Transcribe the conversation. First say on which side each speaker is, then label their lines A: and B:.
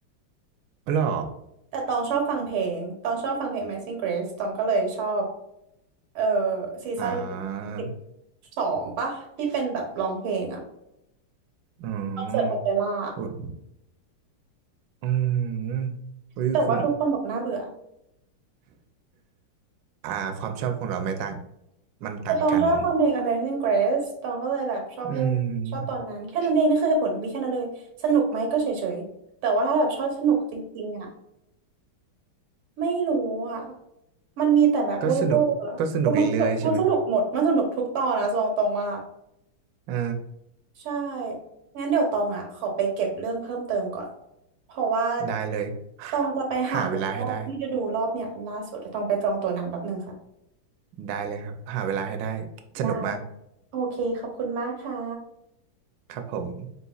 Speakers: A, on the right; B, on the right.
A: อ๋อเหรอ
B: แต่ตองชอบฟังเพลงตองชอบฟังเพลง Amazing Grace ตองก็เลยชอบเออซีซั่น
A: อ่า
B: สิบสองปะที่เป็นแบบร้องเพลงอ่ะ
A: อื
B: คอนเสิร์ตโอเปร่า
A: มอุ๊ยอืมอุ้ยคุณ
B: แต่ว่าทุกคนบอกน่าเบื่อ
A: อ่าความชอบของเราไม่ต่างมันต่างกัน
B: ตองชอบฟังเพลง Amazing Grace ตองก็เลยแบบชอบเรื่องชอบตอนนั้นแค่นั้นเองนั่นคือเหตุผลมีแค่นั้นเลยสนุกไหมก็เฉยๆแต่ว่าถ้าแบบชอบสนุกจริงๆอ่ะ
A: อืม
B: ไม่รู้อ่ะมันมีแต่แบบเวอร์เวอร์อะแต่มันสนุกมันสนุกหมดมันสนุกทุกตอนนะตองตองว่า
A: ก็สนุกก็สนุกเรื่อยๆใช่ไหมเออ
B: ใช่งั้นเดี๋ยวตองอ่ะขอไปเก็บเรื่องเพิ่มเติมก่อนเพราะว่า
A: ได้เลย
B: ตองจะไปหาดูรอบที่จะดูรอบเนี่ยล่าสุดจะตองไปจองตั๋วหนังแป๊บนึงค่ะ
A: หาเวลาให้ได้ได้เลยครับหาเวลาให้ได้สนุกมาก
B: ได้โอเคขอบคุณมากค่ะ
A: ครับผม